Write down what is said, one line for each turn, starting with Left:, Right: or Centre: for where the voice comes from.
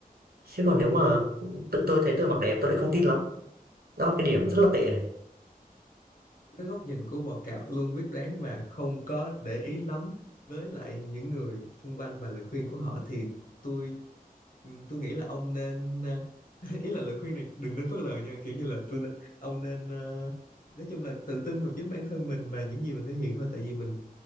Right: chứ còn
Left: Ừ.
Right: nếu mà tự tôi thấy tôi mặc đẹp tôi lại không tin lắm đó là cái điểm rất là tệ này
Left: với góc nhìn của bò cạp luôn quyết đoán và không có để ý lắm với lại những người xung quanh và lời khuyên của họ thì tôi ừ, tôi nghĩ là ông nên ờ, <laughs> ý là lời khuyên này đừng nên phớt lờ nha kiểu như là tôi nên, ông nên ờ, nói chung là tự tin vào chính bản thân mình và những gì mình thể hiện thôi tại vì mình